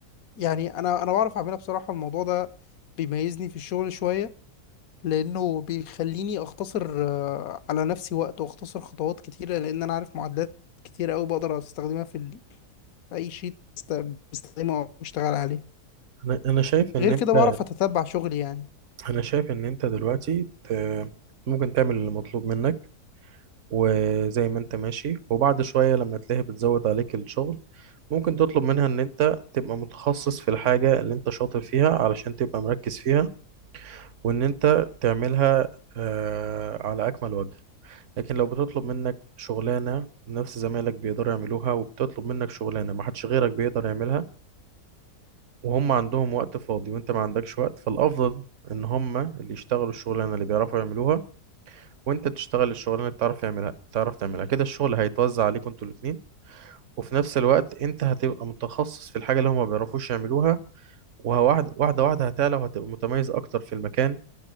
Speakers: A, on the left; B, on the right.
A: يعني أنا أنا بعرف أعملها بصراحة الموضوع ده بيميزني في الشغل شوية لأنه بيخليني أختصر آه، على نفسي وقت وأختصر خطوات كتيرة لأن أنا عارف معادلات كتير أوي بقدر أستخدمها في ال- في أي شيت بست- بستخدمه أو بشتغل عليه
B: انا انا شايف ان
A: غير
B: انت
A: كده بعرف أتتبع شغلي يعني
B: انا شايف ان انت دلوقتي ت- ممكن تعمل اللي مطلوب منك وزي ما انت ماشي وبعد شوية لما تلاقيها بتزود عليك الشغل ممكن تطلب منها ان انت تبقى متخصص في الحاجة اللي انت شاطر فيها علشان تبقى مركز فيها وان انت تعملها آه، على اكمل وجه لكن لو بتطلب منك شغلانة نفس زمايلك بيقدروا يعملوها وبتطلب منك شغلانة ما حدش غيرك بيقدر يعملها وهم عندهم وقت فاضي وانت ما عندكش وقت فالافضل ان هم اللي يشتغلوا الشغلانة اللي بيعرفوا يعملوها وانت تشتغل الشغلانه اللي بتعرف تعملها تعرف تعملها كده الشغل هيتوزع عليكم انتوا الاثنين وفي نفس الوقت انت هتبقى متخصص في الحاجه اللي هما ما بيعرفوش يعملوها وواحده واحده واحده هتعلى وهتبقى متميز اكتر في المكان